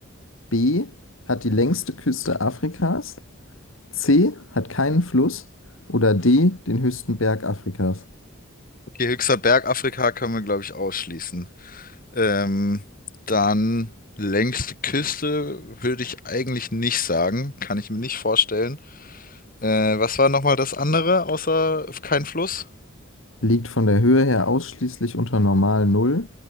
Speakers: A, on the left (about 75°); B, on the left (about 45°).
A: B. Hat die längste Küste Afrikas. C hat keinen Fluss oder D den höchsten Berg Afrikas.
B: Okay, höchster Berg Afrika können wir, glaube ich, ausschließen. Ähm, dann längste Küste würde ich eigentlich nicht sagen. Kann ich mir nicht vorstellen. Äh, was war nochmal das andere, außer kein Fluss?
A: Liegt von der Höhe her ausschließlich unter normal Null.